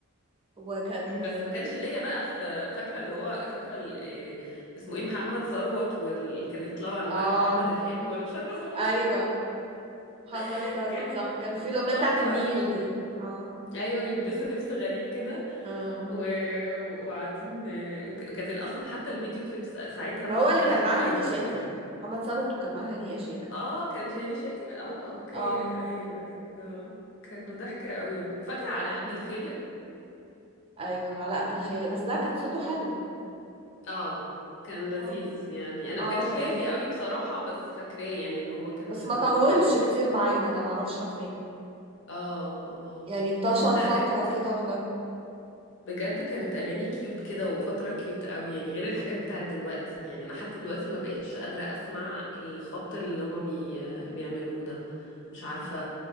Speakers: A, on the right; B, on the left.
A: وكان
B: بس ما كانش ليا بقى في فاكره اللي هو فاكره ال- إيه اسمه ايه محمد ثروت واللي كانوا يطلعوا على
A: اه
B: مرق محمد الحلو ولا مش عارفه اسمه
A: ايوه محمد
B: <laughs>
A: ثروت
B: كانوا
A: صح كان في الاغنيه
B: تحفه
A: بتاعت النيل دي اه
B: ايوه يلبسوا لبس غريب كده
A: اه
B: و... وقاعدين آه، وك- وكانت اصلا حتى الفيديو كليبس ساعتها
A: ما هو اللي
B: بتضحك
A: كان معاه
B: قوي
A: هاني
B: بقى
A: شاكر محمد ثروت وكان معاه هاني شاكر
B: اه كان شهيني شاكر اه اوكي
A: اه
B: ايوه ايوه اه كانوا ضحكة قوي وفاكرة علاء
A: اه
B: عبد الخالق
A: ايوه علاء عبد الخيل بس ده كان صوته حلو
B: اه كان لذيذ
A: اه
B: يعني انا
A: اه
B: ما كانش
A: كان
B: ليا
A: لطيف
B: فيه قوي بصراحة بس فاكراه يعني ان هو كان
A: بس
B: لذيذ
A: ما طولش
B: يعني
A: كتير معانا ده ما اعرفش راح فين
B: اه اه آه.
A: يعني انتشر
B: لا
A: فتره
B: كانت
A: كده واختفى
B: بجد كانت اغاني كيوت كده وفتره كيوت قوي يعني غير الحاجات بتاعت دلوقتي يعني انا حتى دلوقتي ما بقتش قادره اسمع الخبط اللي هما بي... بيعملوه ده مش عارفه